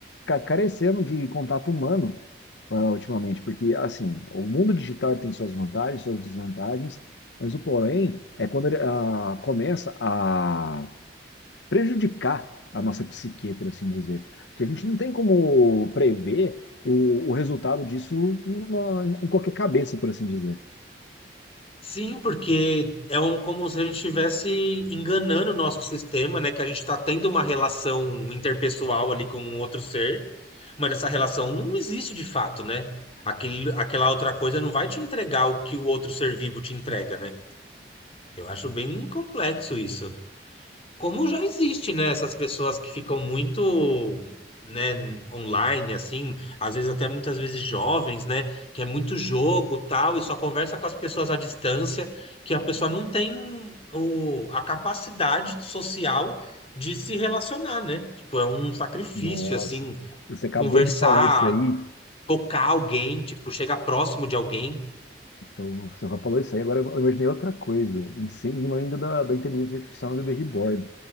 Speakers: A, on the left; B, on the left.
A: carecendo de contato humano. ah, ultimamente, porque assim, o mundo digital tem suas vantagens, suas desvantagens, mas o porém é quando ele ah, começa a prejudicar a nossa psique, por assim dizer, porque a gente não tem como prever o, o resultado disso numa- em qualquer cabeça, por assim dizer.
B: Sim, porque é um, como se a gente estivesse enganando o nosso sistema, né? Que a gente está tendo uma relação interpessoal ali com um outro ser, mas essa relação não existe de fato, né? Aquele, aquela outra coisa não vai te entregar o que o outro ser vivo te entrega, né? Eu acho bem complexo isso. Como já existe, né, essas pessoas que ficam muito, né, online, assim, às vezes até muitas vezes jovens, né, que é muito jogo, tal, e só conversa com as pessoas à distância, que a pessoa não tem o, a capacidade social de se relacionar, né? Tipo, é um sacrifício,
A: Nossa,
B: assim,
A: você acabou
B: conversar,
A: de falar isso aí,
B: tocar alguém, tipo, chegar próximo de alguém.
A: Então, você já falou isso aí, agora eu imaginei outra coisa, em cima ainda da, da inteligência artificial no bebê reborn.